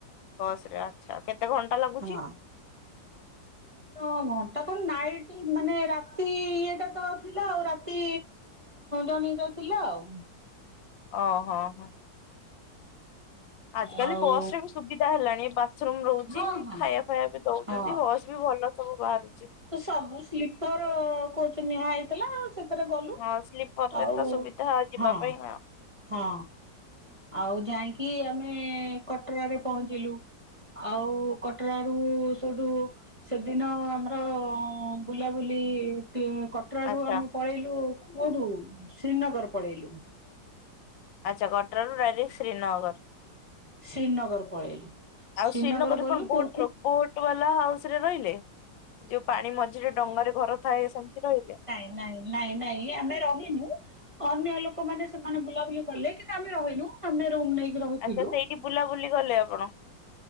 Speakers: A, on the left; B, on the right.
A: ବସରେ ଆଚ୍ଛା। କେତେ ଘଣ୍ଟା ଲାଗୁଛି?
B: ହଁ ହଁ ଘଣ୍ଟା କଣ ନାଇଟ୍ ମାନେ ରାତି ଇଏଟା ତ ଥିଲା ଆଉ ରାତି ଜର୍ନି ତ ଥିଲା ଆଉ।
A: ଓହୋ ହୋ। ଆଜିକାଲି
B: ଆଉ
A: ବସରେ ବି ସୁବିଧା ହେଲାଣି ବାଥରୁମ ରହୁଛି
B: ହଁ ହଁ
A: ଖାଇବା ଫାଇବା ବି ଦଉଛନ୍ତି।
B: ହଁ
A: ବସ୍ ବି ଭଲ ସବୁ ବାହାରୁଛି।
B: ତ ସବୁ ସ୍ଲିପର କୋଚ୍ ନିହା ହେଇଥିଲା ଆଉ ସେ ରେ ଗଲୁ
A: ହଁ ସ୍ଲିପର ରେ
B: ଆଉ
A: ତ ସୁବିଧା ଯିବା
B: ହଁ
A: ପାଇଁ ଆଉ
B: ହଁ ଆଉ ଯାଇଁକି ଆମେ କଟରାରେ ପହଞ୍ଚିଲୁ। ଆଉ କଟରାରୁ ସେଠୁ ସେଦିନ ଆମର ବୁଲାବୁଲି କଟରାରୁ
A: ଆଚ୍ଛା
B: ଆମେ ପଳେଇଲୁ କୋଉଠୁ ଶ୍ରୀନଗର ପଳେଇଲୁ।
A: ଆଚ୍ଛା କଟରାରୁ ଡାଇରେକ୍ଟ ଶ୍ରୀନଗର।
B: ଶ୍ରୀନଗର ପଳେଇଲୁ
A: ଆଉ
B: ଶ୍ରୀନଗର
A: ଶ୍ରୀନଗରରେ
B: ଗଲୁ
A: କଣ
B: କୋଉଥିରେ
A: ବୋଟ ର ବୋଟ ବାଲା ହାଉସ ରେ ରହିଲେ ଯୋଉ ପାଣି ମଝିରେ ଡଙ୍ଗାରେ ଘର ଥାଏ ସେମତି ରହିଲେ
B: ନାଇ ନାଇଁ ନାଇଁ ଆମେ ରହିନୁ। ଅନ୍ୟ ଲୋକମାନେ ସେମାନେ ବୁଲାବୁଲି କଲେ କି ଆମେ ରହିଁନୁ ତମେ ରୁମ ନେଇକି ରହିଥିଲୁ
A: ଆଚ୍ଛା ସେଇଠି ବୁଲାବୁଲି କଲେ ଆପଣ?